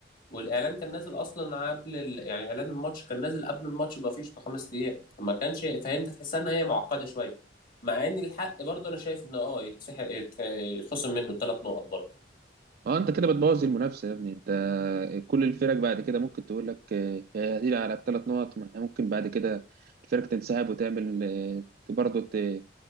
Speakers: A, on the left; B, on the right.
A: والاعلان كان نازل اصلا قبل ال... يعني اعلان الماتش كان نازل قبل الماتش بفيش بخمس ايام فما كانش فانت تحسها ان هي معقده شويه مع ان الحق برضه انا شايف انه اه يتسحق يت- يتخصم منه الثلاث نقط برضه
B: اه انت كده بتبوظ المنافسه يا ابني انت كل الفرق بعد كده ممكن تقول لك آه، هي على الثلاث نقط ما احنا ممكن بعد كده الفرق تنسحب وتعمل آه، برضه ت-